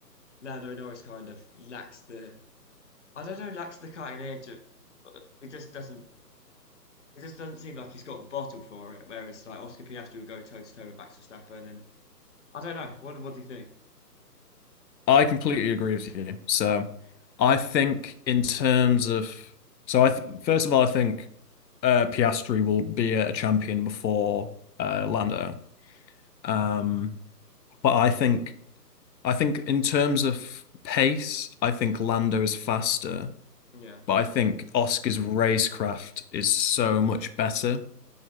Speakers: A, on the left (about 45°); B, on the left (about 85°).
A: Lando Norris kind of lacks the I don't know lacks the cutting edge. Of, it just doesn't it just doesn't seem like he's got the bottle for it. Whereas like Oscar Piastri will go toe to toe with Max Verstappen, and I don't know what what do you think?
B: I completely agree with you. So I think in terms of so I th first of all I think. uh, Piastri will be a champion before uh, Lando. Um, but I think I think in terms of pace, I think Lando is faster.
A: Yeah,
B: But I think Oscar's racecraft is so much better.